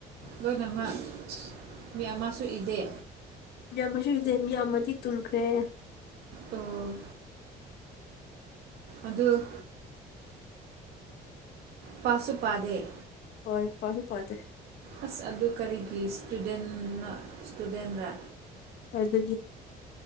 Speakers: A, on the right; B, on the left.
A: ꯂꯣꯏꯅꯃꯛ ꯃꯤ ꯑꯃꯁꯨ ꯏꯗꯦ
B: ꯃꯌꯥꯝꯁꯨ ꯏꯁꯦ ꯌꯥꯝꯃꯗꯤ ꯇꯨꯝꯈ꯭ꯔꯦ
A: ꯑꯣ ꯑꯗꯨ ꯄꯥꯁꯨ ꯄꯥꯗꯦ
B: ꯍꯣꯏ ꯄꯥꯁꯨ ꯄꯥꯗꯦ
A: ꯑꯁ ꯑꯗꯨ ꯀꯔꯤꯒꯤ ꯏꯁꯇꯨꯗꯦꯟꯅꯣ ꯏꯁꯇꯨꯗꯦꯟꯔ
B: ꯑꯗꯨ ꯑꯗꯨꯅꯤ